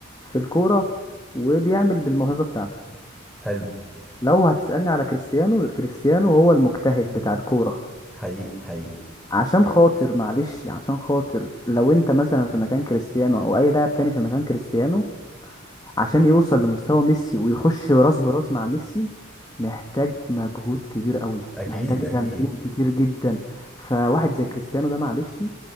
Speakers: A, on the left; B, in the centre.
A: في الكوره وبيعمل بالموهبه بتاعته
B: حلو
A: لو هتسالني على كريستيانو كريستيانو هو المجتهد بتاع الكوره
B: حقيقي حقيقي
A: عشان خاطر معلش عشان خاطر لو انت مثلا في مكان كريستيانو او اي لاعب تاني في مكان كريستيانو عشان يوصل لمستوى ميسي ويخش راس براس مع ميسي محتاج مجهود كبير قوي
B: اكيد
A: محتاج تمرين
B: اكيد
A: كتير جدا فواحد زي كريستيانو ده معلش